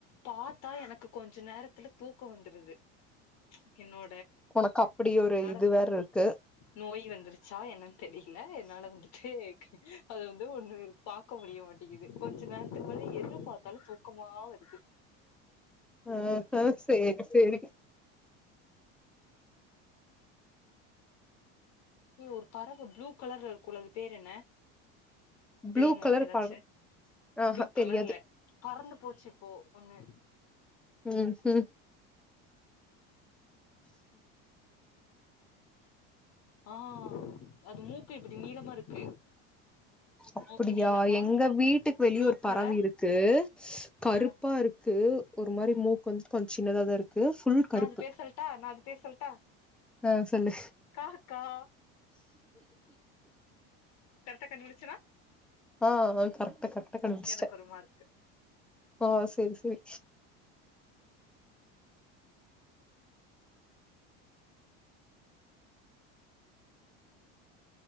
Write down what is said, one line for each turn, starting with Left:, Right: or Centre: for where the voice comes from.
Left: பார்த்தா எனக்கு கொஞ்சோ நேரத்துல தூக்கோ வந்துருது என்னோ
Centre: உனக்கு அப்படி ஒரு
Left: என்னால
Centre: இது வேற இருக்கு
Left: நோய் வந்துருச்சா என்னன்னு தெரியல என்னால வந்துட்டு அத வந்து ஒன்னு பார்க்க முடிய மாட்டிக் கொஞ்சோ நேரத்துக்மேல எது பார்த்தாலும் தூக்கம வருது
Centre: ஆஹா சேரி சேரி
Left: நீ ஒரு பறவ ப்ளூ கலர்ல இருக்கும்ல அது பேர் என்ன
Centre: ப்ளூ
Left: தெரியுமா
Centre: கலர்
Left: உனக்கு ஏதாச்சு
Centre: பழ ஆஹா
Left: ப்ளூ கலர்ல
Centre: தெரியாது
Left: பறந்து போச்சுப்போ ஒண்ணு
Centre: உஹம் உஹம்
Left: ஆஹ் அது மூக்கு இப்டி நீளமா இருக்கு
Centre: அப்டியா
Left: மூக்கு நீளமா
Centre: எங்க வீட்டுக்கு வெளிய
Left: ப்ளூ
Centre: ஒரு பறவை
Left: கலர்
Centre: இருக்கு கருப்பா
Left: ஆ
Centre: இருக்கு ஒரு மாரி மூக்கு வந்து கொஞ்ச் சின்னத தான் இருக்கு ஃபுல்
Left: நான்
Centre: கருப்பு
Left: அது பேரு சொல்ட்டா நான் அது பேரு சொல்ட்டா
Centre: ஆ சொல்லு
Left: காக்கா கண்டுபிடிச்சனா
Centre: ஆஹ் கரெக்டா கரெக்டா கண்டுப்பிடுச்சுட்ட
Left: எனக்கு ஒரு மார்க்கு
Centre: ஹ சரி சரி